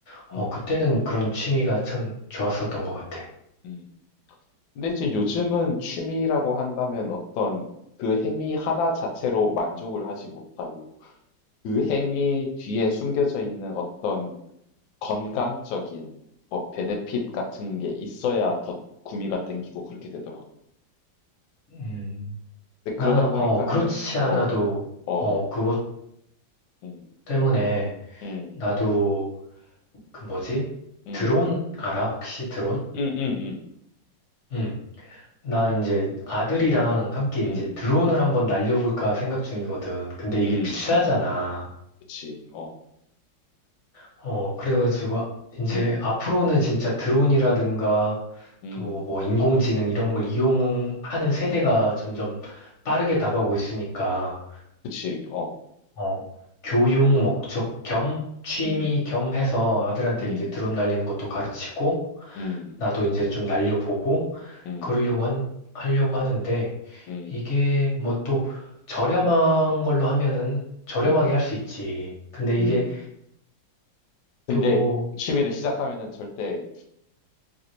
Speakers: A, on the left (about 45°); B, on the left (about 80°).
A: 어,
B: 음.
A: 그때는 그런 취미가 참 좋았었던 것 같아.
B: 음. 근데 이제 요즘은 취미라고 한다면 어떤 그 행위 하나 자체로 만족을 하지 못하고 그 행위 뒤에 숨겨져 있는 어떤 건강적인 뭐 베네핏 같은 게 있어야 더 구미가 땡기고 그렇게 되더라고.
A: 음,
B: 근데 그러다
A: 나,
B: 보니까는
A: 어, 그렇지 않아도,
B: 어, 어,
A: 어, 그것
B: 음,
A: 때문에
B: 음,
A: 나도 그 뭐지?
B: 음,
A: 드론 알아? 혹시 드론?
B: 음 음 음, 음,
A: 응. 나 이제 아들이랑 함께 이제
B: 음,
A: 드론을 한번 날려볼까 생각 중이거든. 근데 이게
B: 음,
A: 비싸잖아.
B: 음, 그치, 어,
A: 어, 그래가지고,
B: 음,
A: 아- 이제
B: 음,
A: 앞으로는 진짜 드론이라든가
B: 음,
A: 또 뭐 인공지능 이런 걸 이용하는 세대가 점점 빠르게 다가오고 있으니까,
B: 그치, 어,
A: 어, 교육 목적 겸 취미
B: 음,
A: 겸 해서 아들한테
B: 음,
A: 이제 드론 날리는 것도 가르치고,
B: 음,
A: 나도 이제 좀 날려보고,
B: 음,
A: 그러려고 한, 하려고 하는데,
B: 음,
A: 이게 뭐 또 저렴한 걸로 하면은 저렴하게
B: 음,
A: 할 수 있지. 근데 이게
B: 음. 근데
A: 또
B: 취미를 시작하면은 절대